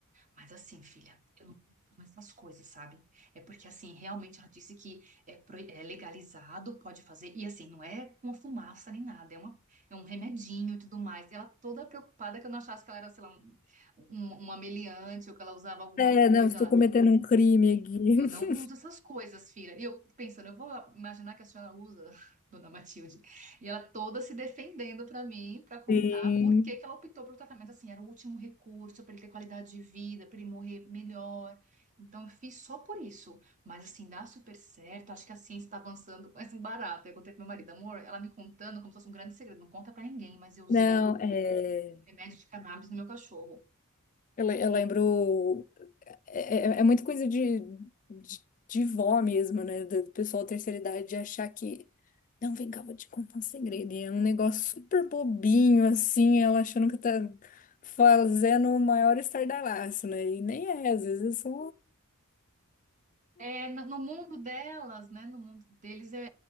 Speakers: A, on the right; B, on the left.
A: Mas assim, filha, eu não consumo essas coisas, sabe? É porque, assim, realmente ela disse que é, pro- é legalizado, pode fazer. E, assim, não é uma fumaça nem nada, é, uma, é um remedinho e tudo mais. E ela toda preocupada que eu não achasse que ela era, sei lá, um- um- uma meliante ou que ela usava alguma
B: É,
A: coisa.
B: não, estou cometendo um crime aqui.
A: Eu não uso essas coisas, filha. E eu pensando, eu vou imaginar que a senhora usa, <laughs> dona Matilde. E ela toda se defendendo para mim, para contar
B: <laughs> Sim.
A: por que que ela optou pelo tratamento. Assim, era o último recurso para ele ter qualidade de vida, para ele morrer melhor. Então, eu fiz só por isso. Mas, assim, dá super certo. Acho que a ciência está avançando. <laughs> Mas, assim, barato. Eu contei pro meu marido, amor, ela me contando como se fosse um grande segredo. Não conta para ninguém, mas eu usei
B: Não, é...
A: um remédio de cannabis no meu cachorro.
B: Eu, le- eu lembro... É, é é muito coisa de, de, de vó mesmo, né? Do do pessoal da terceira idade de achar que... Não, vem cá, vou te contar um segredo. E é um negócio super bobinho, assim, ela achando que tá fazendo o maior estardalhaço, né? E nem é, às vezes é só...
A: É, no no mundo delas, né? No mundo deles é,